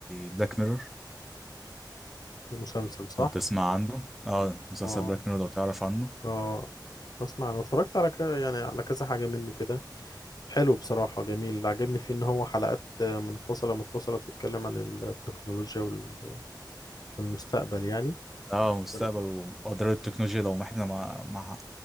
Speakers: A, in the centre; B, on the left (about 55°).
A: بلاك ميرور
B: المسلسل صح؟
A: لو تسمع عنه اه مسلسل
B: اه
A: بلاك ميرور لو تعرف عنه
B: اه أسمع أنا اتفرجت على ك... يعني على كذا حاجة منه كده حلو بصراحة جميل اللي عجبني فيه إن هو حلقات منفصلة متصلة بتتكلم عن التكنولوجيا وال- والمستقبل يعني
A: اه مستقبل
B: ما
A: واضرار التكنولوجيا لو ما احنا ما ما